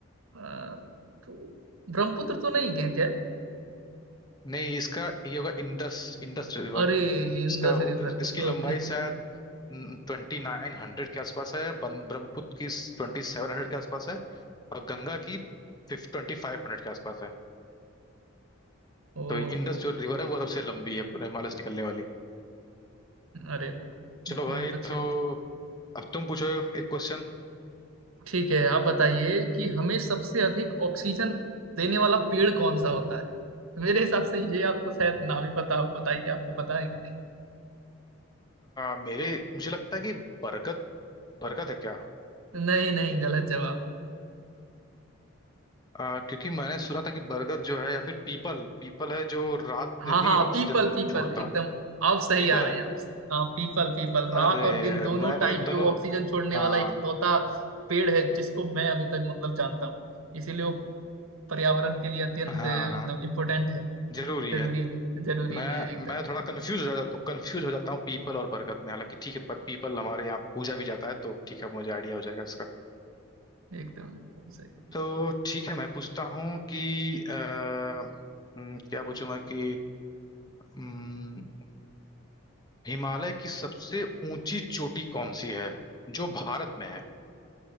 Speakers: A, on the right (about 85°); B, on the left (about 20°).
A: अ, तो ब्रह्मपुत्र तो नहीं क्या क्या
B: नहीं इसका ये होगा इंडस इंडस रिवर
A: अरे Indus
B: इसका
A: river
B: इसकी लंबाई
A: okay
B: शायद ट्वेंटी नाइन हंड्रेड के आसपास है बन- ब्रह्मपुत्र की ट्वेंटी सेवन हंड्रेड के आसपास है और गंगा की ट्वेंटी फाइव हंड्रेड के आसपास है
A: Oh
B: तो इंडस
A: okay
B: जो रिवर है वो सबसे लंबी है हिमालय से निकलने वाली
A: अरे
B: चलो
A: बहुत
B: भाई
A: अच्छी
B: तो
A: बात
B: अब तुम पूछो एक क्वेश्चन
A: ठीक है आप बताइए कि हमें सबसे अधिक ऑक्सीजन देने वाला पेड़ कौन सा होता है मेरे हिसाब से ये आपको शायद ना भी पता हो बताइए आपको पता है कि नहीं
B: मेरे मुझे लगता है कि बरगद बरगद है क्या
A: नहीं नहीं गलत जवाब
B: आ, क्योंकि मैंने सुना था कि बरगद जो है या फिर पीपल पीपल है जो रात
A: हाँ
B: में भी
A: हाँ
B: ऑक्सीजन
A: पीपल पीपल
B: छोड़ता
A: एकदम
B: है
A: आप सही
B: पीपल
A: आ रहे
B: है
A: हैं आप हाँ पीपल पीपल रात
B: पीपल अरे
A: और दिन
B: है
A: दोनों
B: मैं
A: टाइम
B: इन दोनों
A: पे वो ऑक्सीजन छोड़ने
B: हाँ
A: वाला इकलौता पेड़ है जिसको मैं अभी तक मतलब जानता हूँ इसीलिए वो पर्यावरण के लिए अत्यंत
B: हाँ हाँ
A: मतलब इम्पोर्टेंट है
B: जरूरी
A: जरूरी
B: है
A: भी जरूरी
B: मैं
A: भी है एकदम
B: मैं थोड़ा कंफ्यूज हो जाता हूँ कंफ्यूज हो जाता हूँ पीपल और बरगद में हालांकि ठीक है पर पीपल हमारे यहाँ पूजा भी जाता है तो ठीक है मुझे आइडिया हो जाएगा इसका
A: एकदम एकदम सही
B: तो ठीक है मैं पूछता हूँ कि आ, हम्म, क्या पूछूं मैं कि हम्म, हिमालय की सबसे ऊंची चोटी कौन सी है जो भारत में है